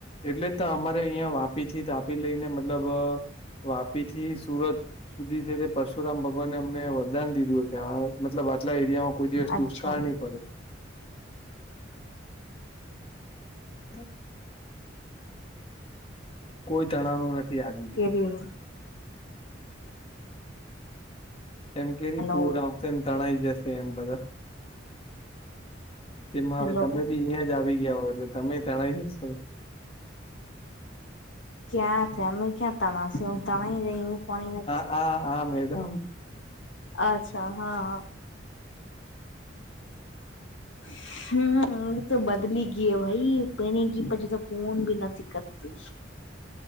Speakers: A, on the left; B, on the left.
A: એટલે અમારે અહિયાં વાપી થી તાપી લઈ ને મતલબ વાપી થી સુરત સુધી છે તે પરશુરામ ભગવાનને અમને વરદાન દીધું કે હ મતલબ આટલા એરિયામાં કોઈ દિવ
B: અચ્છા
A: દુષ્ળ નહીં <inaudible> કોઈ તણાવ નું નથી આજ
B: જ
A: એમ કેરી
B: હલો
A: પૂર આવશે એમ તણાઈ જશે એમ બધા તેમાં હવે
B: હલો
A: તમે બી અહિયાં જ આવી ગયા હો એટલે તમે તણાઈ જશો
B: ક્યાં છે અમે ક્યાં તણશ હ તણાઈ નઈ એવું પણણી નથી
A: હ આ મેદમ
B: અચ્છા હા હા <inaudible> હમ એ તો બદલી ગય ભાઈ ભેણી ગી પછી તો ફોન ભી નથી કરતું